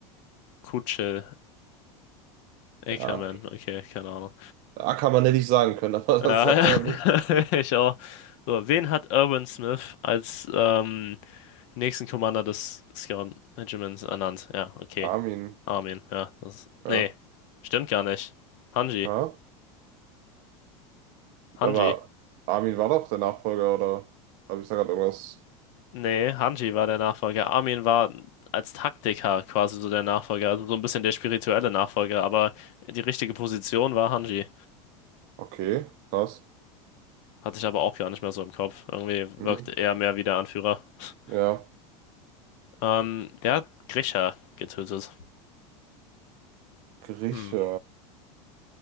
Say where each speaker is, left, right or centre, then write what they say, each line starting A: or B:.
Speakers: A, on the left; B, on the right.
A: Kutsche, Ackerman,
B: Ja,
A: okay, keine Ahnung.
B: da kann man nicht sagen können, <laughs> aber
A: Ja,
B: das sagt
A: ja,
B: man nicht.
A: <laughs> ich auch. So, wen hat Irwin Smith als ähm, nächsten Commander des Scout Regiments ernannt? Ja, okay.
B: Armin,
A: Armin, ja. Das,
B: ja.
A: nee, stimmt gar nicht. Hanji,
B: Ja, aber
A: Hanji.
B: Armin war doch der Nachfolger, oder habe ich da gerade irgendwas?
A: Nee, Hanji war der Nachfolger. Armin war als Taktiker quasi so der Nachfolger, also so ein bisschen der spirituelle Nachfolger, aber die richtige Position war Hanji.
B: Okay, krass.
A: Hatte ich aber auch gar nicht mehr so im Kopf. Irgendwie
B: Hm.
A: wirkt er mehr wie der Anführer. <laughs>
B: Ja,
A: Ähm, der hat Grisha getötet.
B: Grieche.
A: Hm.